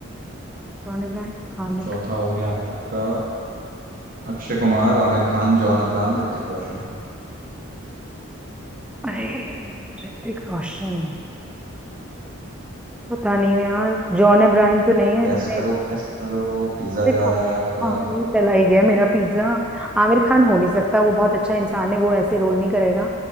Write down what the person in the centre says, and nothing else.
जॉन इब्राहिम आमिर
खान
अरे ऋतिक रोशन पता नहीं यार जॉन इब्राहिम तो नहीं है
नहीं,
देखो
हाँ ये चला ही गया मेरा पिज्जा आमिर खान हो नहीं सकता वो बहुत अच्छा इंसान है वो ऐसे रोल नहीं करेगा